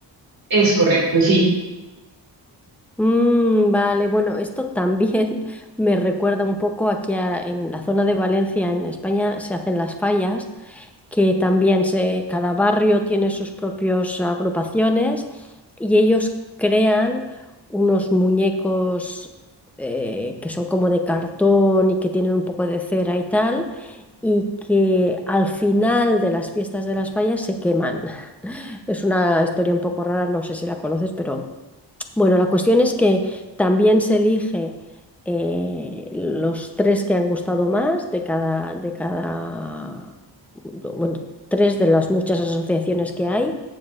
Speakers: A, on the right (about 50°); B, in the centre.
A: Es correcto, sí.
B: Mm, vale, bueno, esto también <laughs> me recuerda un poco aquí a- en la zona de Valencia, en España, se hacen las fallas que también se, cada barrio tiene sus propias agrupaciones y ellos crean unos muñecos eh, que son como de cartón y que tienen un poco de cera y tal. y que al final de las fiestas de las fallas se queman. Es una historia un poco rara, no sé si la conoces, pero bueno, la cuestión es que también se elige eh, los tres que han gustado más de cada, de cada, bueno, tres de las muchas asociaciones que hay,